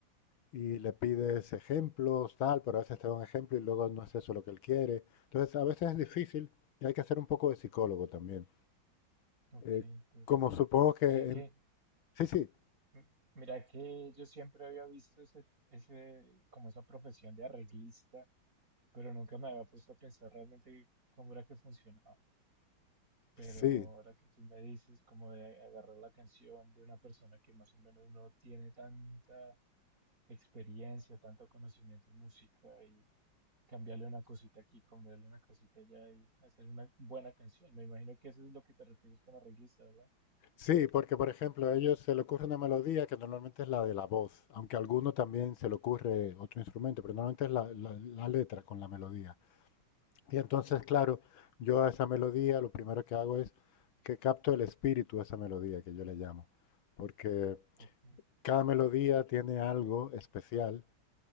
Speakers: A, on the left; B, on the right.
A: Y le pides ejemplos, tal, pero a veces te da un ejemplo y luego no es eso lo que él quiere. Entonces, a veces es difícil y hay que hacer un poco de psicólogo también.
B: ok,
A: Eh,
B: perfecto.
A: como supongo que...
B: Mira que...
A: en- Sí, sí,
B: M- Mira que yo siempre había visto ese, ese, como esa profesión de arreglista, pero nunca me había puesto a pensar realmente cómo era que funcionaba. Pero
A: sí,
B: ahora que tú me dices como de agarrar la canción de una persona que más o menos no tiene tanta experiencia, tanto conocimiento en música y cambiarle una cosita aquí, cambiarle una cosita allá y hacer una buena canción. Me imagino que eso es lo que te refieres con arreglista, ¿verdad?
A: sí, porque por ejemplo a ellos se le ocurre una melodía que normalmente es la de la voz, aunque a alguno también se le ocurre otro instrumento, pero normalmente es la la- la letra con la melodía. Y entonces, claro, yo a esa melodía lo primero que hago es que capto el espíritu de esa melodía, que yo le llamo, porque
B: Ok.
A: cada melodía tiene algo especial,